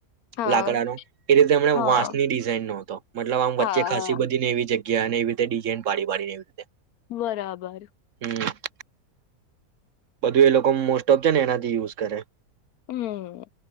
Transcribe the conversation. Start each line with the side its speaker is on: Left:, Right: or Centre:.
Left: હા
Right: લાકડા નો એ રીતે એમણે
Left: હા
Right: વાશ ની ડિઝાઇનો હતો મતલબ આમ
Left: હા
Right: વચ્ચે ખાસસી બધીને એવી જગ્યા ગ્યા ને એવી રીતે ડિઝાઇન પાડી પાડીનેવી રીતે
Left: બરાબર
Right: હમ.. બધું એ લોકો મોસ્ટ ઓફ છે ને એનાથી યુઝ કરે
Left: હમ